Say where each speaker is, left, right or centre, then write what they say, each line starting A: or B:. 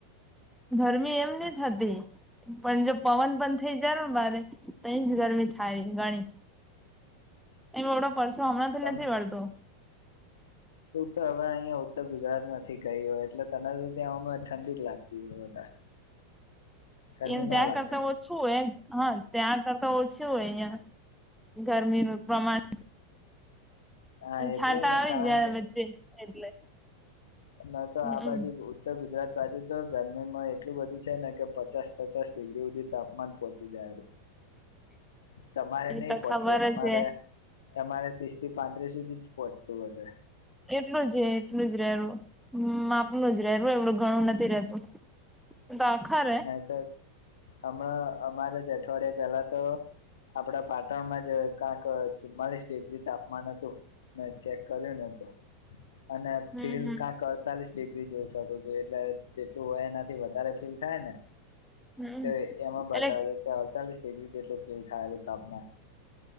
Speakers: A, in the centre; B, on the left (about 65°).
A: ગરમી એમ ની હતી પણ જો પવન પણ થઈ જાય ને મારે તો એ જ ગરમી થાય ગણી એ બવડો કરશો હમણાં થી
B: તમ
A: નથી વળતો
B: તું તો હવે અહીિયાંયા ઉત્તર ગુજરાત માંથી ગઈ હોય એટલે તને ત્યાં ઠંડી જ લાગતી હોય વધારે ગરમી
A: એમ ત્યાં
B: ના લાગે
A: કરતા ઓછું હોય હા ત્યાં કરતા ઓછું હોય અહં ગરમી પ્રમાણ
B: હા
A: છાટા
B: એટલે ને
A: આવી
B: કારણ
A: જ વચ્ચે એટલે
B: ના તો આ
A: હમ
B: બાજુ ઉત્તર ગુજરાત બાજુ તો ગરમીમાં એટલું બધું છે ને કે પચાસ પચાસ ડિગ્રી સુધી તાપમાન પહોંચી જાયું
A: <unintelligible>
B: તમારે
A: એ
B: નહી
A: તો
B: પોહતું
A: ખબર
B: તમારે
A: જ છે
B: તમારે ત્રીસ થી પાંત્રીસ સુધી જ પહોંચતું હશે
A: એટલું જ એટલું જ રહેું માપનું જ રહેું એવડું ઘણું નથી રતું તો આખરે
B: નહીતર હમણાં અમારા જ અઠવાડિયાયે પેલા તો આપડા પાટણમાં જ ક્યાંક ચુમ્માલીસ ડિગ્રી તાપમાન હતું મે ચેક કર્યો ને તો અને
A: હમ
B: ફીલ
A: હમ
B: કઅંક અડતાલીસ ડિગ્રી જેવું થતું હતું એટલે જેટલું હોય એનાથી વધારે ફીલ થાય
A: હમ
B: તો એમાં બતાવે
A: એટલે
B: છે કે અડતાલીસ ડિગ્રી જેટલું ફીલ થયેલું તાપમાન